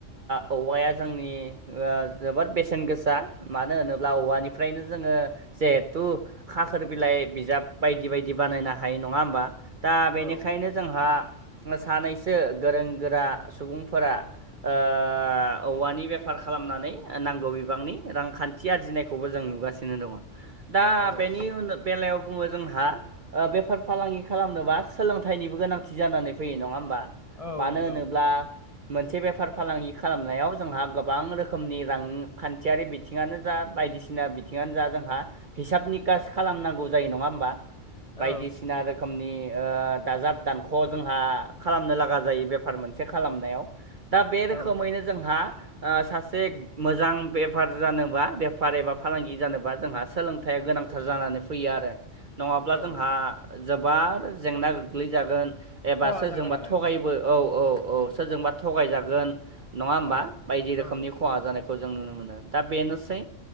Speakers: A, on the right; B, on the left.
A: ओ औवाया जोंनि ओ जोबोर बेसेन गोसा मानो होनोब्ला औवानिफ्रायनो जोंङो जिहेथु खाखोर बिलाइ बिजाब बायदि बायदि बानायनो हायो नंङा होमबा दा
B: औ
A: बेनिखायनो जोंहा सानैसो गोरों गोरा सुबुंफोरा ओ औवानि बेफार खालामनानै नांगौ बिबांनि रांखान्थि थि आरजिनायखौबो जों नुगासिनो दङ' दा
B: औ
A: बेनि उन बेलायाव बुंङो जोंहा ओ बेफार फालांगि खालामनोबा सोलोंथाइनिबो गोनांथि जानानै फैयो नंङा होमबा
B: औ
A: मानो
B: नंगौ
A: होनोब्ला मोनसे बेफार फालांगि खालामनायाव जोंहा गोबां रोखोमनि रांखान्थियारि बिथिंङानो जा बायदिसिना बिथिंङानो जा जोंहा हिसाब नि कास खालामनांगौ जायो नंङा होमबा
B: औ
A: बायदिसिना रो रोखोमनि ओ दाजाब दानख' जोंहा खालामनो लागा जायो बेफार मोनसे खालामनायाव दा बे
B: औ
A: रोखोमैनो जोंहा ओ सासे मोजां बेफार जानोबा बेफार एबा फालांगि जानोबा जोंहा सोलोंथाइया गोनां गोथार जानानै फैयो आरो नंङाब्ला
B: औ
A: जोंहा जोबोर जेंना गोग्लैजागोन एबा
B: खहा
A: सोरजोंबा
B: जागोन आरो
A: थगायबो औ औ औ
B: उम
A: सोरजोंबा थगायजागोन। नंङा होमबा
B: औ
A: बायदि रोखोमनि
B: औ
A: खहा जानायखौ जों नुनो मोनो दा बेनोसै